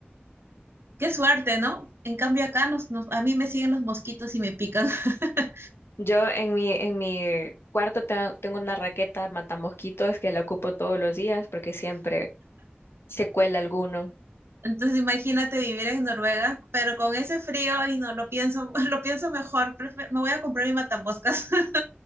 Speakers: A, on the right; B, on the left.
A: Qué suerte, ¿no? En cambio acá nos, nos- a mí me siguen los mosquitos y me pican. <laughs>
B: Yo en mi, en mi cuarto tengo, tengo una raqueta matamosquitos que la ocupo todos los días porque siempre se cuela alguno.
A: Entonces imagínate vivir en Noruega, pero con ese frío y no lo pienso, <laughs> lo pienso mejor, prefe- me voy a comprar mi matamoscas. <laughs>